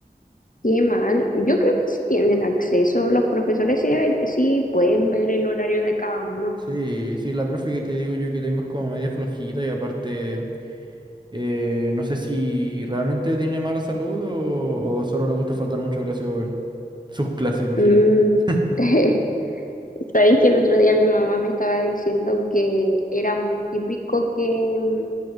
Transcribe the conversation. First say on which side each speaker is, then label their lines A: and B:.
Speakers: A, on the left; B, on the right.
A: Qué mal. Yo creo que sí tienen acceso. Los profesores sí, deber- sí pueden ver el horario de cada uno.
B: Sí, sí, la profe que te digo yo que tengo es como media flojita y aparte, eh, no sé si realmente tiene mala salud o, o solo le gusta faltar mucho a clase, weón. Sus clases, imagínate.
A: Mm,
B: <laughs>
A: <laughs> Sabéis que el otro día mi mamá me estaba diciendo que era muy típico que... mm,